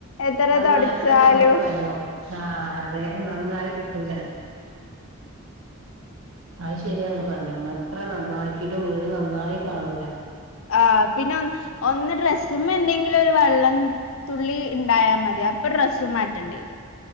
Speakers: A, on the left (about 70°); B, on the right (about 80°).
A: എത്ര
B: നന്നാക്കണ
A: തൊടച്ചാലും
B: ഞമ്മള് കൊയങ്ങും ആഹ് ദ്ദേഹം നന്നായി കിട്ടൂല.
A: <inaudible>
B: അയ് ശെരിയാങ്ങ പറഞ്ഞെ നമ്മ എത്ര നന്നാക്കിട്ടും വീട് നന്നായി കാണൂല.
A: ആഹ് പിന്നെ ഒ ഒന്ന് ഡ്രസ്സ്മേ എന്തെ ന്തെങ്കിലും ഒരു വെള്ളം തുള്ളി ഇണ്ടായാമതി അപ്പൊ ഡ്രസ്സ്‌ മാറ്റേണ്ടിരും.